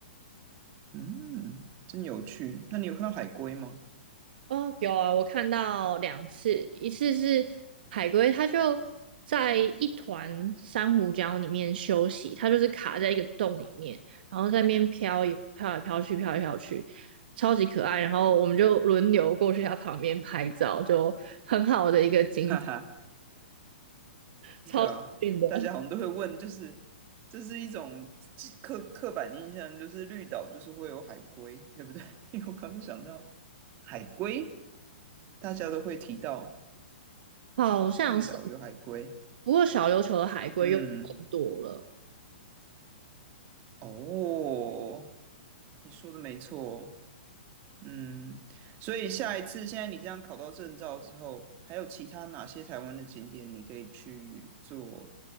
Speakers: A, on the right; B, on the right.
A: 嗯，真有趣。那你有看到海龟吗？
B: 哦，有啊，我看到两次，一次是海龟，它就在一团珊瑚礁里面休息，它就是卡在一个洞里面，然后在那边飘也飘来飘去，飘来飘去，超级可爱。然后我们就轮流过去它旁边拍照，就很好的一个景，
A: <laughs> 哈哈。
B: 超幸运的。
A: 对啊，大家好像都会问，就是这是一种既刻刻板印象，就是绿岛就是会有海龟，对不对？<laughs> 因为我刚刚想到海龟，大家都会提到
B: 好像是，
A: 绿岛有海龟。
B: 不过小琉球的海龟又更多了。
A: 嗯，哦，你说的没错。嗯，所以下一次，现在你这样考到证照之后，还有其他哪些台湾的景点你可以去做，